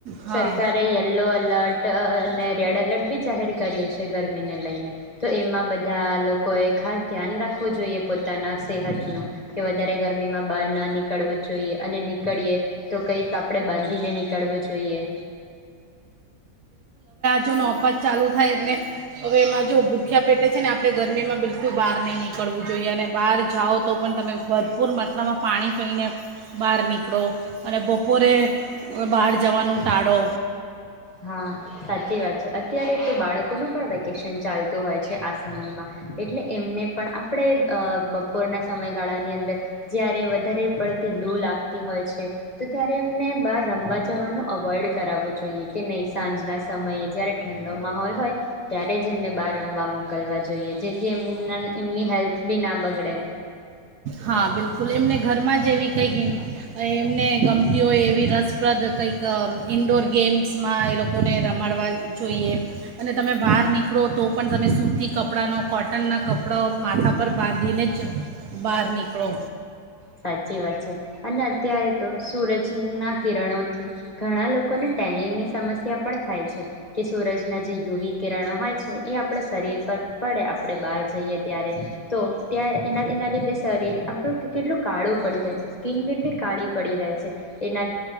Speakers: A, on the right; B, on the left.
A: હા
B: સરકારે યલો એલર્ટ અને રેડ એલર્ટ બી જાહેર કર્યું છે ગરમીને લઈને. તો એમાં બ બધા લોકોએ ખાસ ધ્યાન રાખવું જોઈએ પોતાના સેહતનું, કે વધારે ગરમીમાં બહાર ના નીકળવું જોઈએ અને નીકળીએ તો કંઈક આપણેે બાંધીને નીકળવું જોઈએ.
A: ન ઓફર ચાલુ થાય એટલે હવે એમાં જો ભૂખ્યા પેટે છે ને આપણે ગરમીમાં બિલકુલ બહાર નહીં નીકળવું જોઈએ. અને બહાર જાઓ તો પણ તમે ભરપૂર મા ત્રામાં પાણી પીને બહાર નીકળો અને બપોરે બહાર જવાનું ટાળો.
B: હા, સાચી વાત છે. અત્યારે તો બાળકોનું પણ વેકેશન ચાલતું હોય છે આ સમયમાં. એટલે એમને પણ આપણે અ બપોરના સમયગાળાની અંદર જ્યારે વધારે પડતી લૂ લાગતી હોય છ. તો ત્યારે એમને બહાર રમવા જવાનું અવોઇડ કરાવવો જોઈએ. કે નહી સાંજના સમયે જયારે ઠંડો માહોલ હોય ત્યારે જ એમને બહાર રમવા મોકલવા જોઈએ. જેથી એમના એમની હેલ્થ બી ના બગડે.
A: હા બિલકુલ એમને ઘરમાં જેવી થઈ ગય, અ એમ એમને ગમતી હોય એવી રસપ્રદ કંઈક અ ઇન્ડોર ગેમ્સમાં એ લોકોને રમાડવા જોઈએ અને તમે બહાર નીકળો તો પણ તમે સૂતી કપડાંનો, કોટનના કપડાં માથા પર બાંધીને જ બહાર નીકળો.
B: સાચી વાત છે અને અત્યારે તો સૂરજના કિરણોથી ઘણા લોકોને ટેની સમસ્યા પણ થાય છે કે સૂરજના જે યુવી કિરણો હોય છે એ આપડે શરીર પર પડે આપણે બહાર જઈએ ત્યારે. તો ત્યાં એના એના લીધે શરીર આપણું કે કેટલું કાળું પડી જાય છે, સ્કીન બિન બી કાળી પડી જાય છે. એના